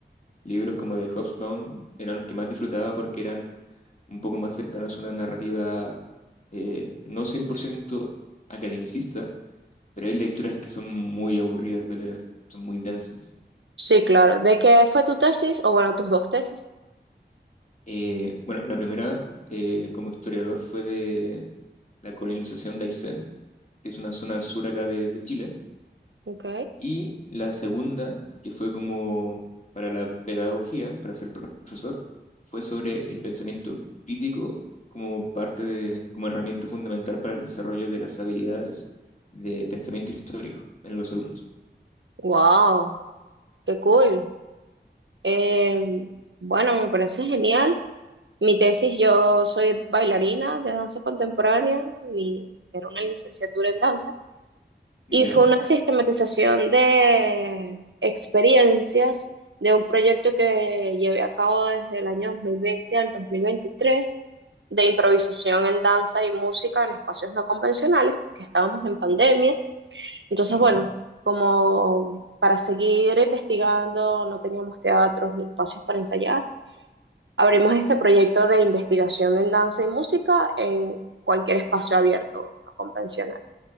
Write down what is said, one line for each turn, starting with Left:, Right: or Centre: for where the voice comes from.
Left: Libros como de Hobsbawm eran los que más disfrutaba porque eran un poco más cercanos a una narrativa eh, no 100% academicista, pero hay lecturas que son muy aburridas de leer, son muy densas.
Right: sí, claro. ¿De qué fue tu tesis? O bueno, tus dos tesis.
Left: Eh, bueno, la primera eh, como historiador fue de la colonización de Aysén, que es una zona al sur acá de, de Chile,
Right: Ok.
Left: y la segunda, que fue como para la pedagogía, para ser profesor, fue sobre el pensamiento crítico como parte de, como herramienta fundamental para el desarrollo de las habilidades de pensamiento histórico en los alumnos.
Right: Wow. Qué cool. Eh, bueno, me parece genial. Mi tesis, yo soy bailarina de danza contemporánea, mi- era una licenciatura en danza, y
Left: ¿Ya?
Right: fue una sistematización de experiencias de un proyecto que llevé a cabo desde el año 2020 al 2023 de improvisación en danza y música en espacios no convencionales, porque estábamos en pandemia entonces,
Left: Ujú,
Right: bueno, como para seguir investigando, no teníamos teatros ni espacios para ensayar, abrimos este proyecto de investigación en danza y música en cualquier espacio abierto, no convencional.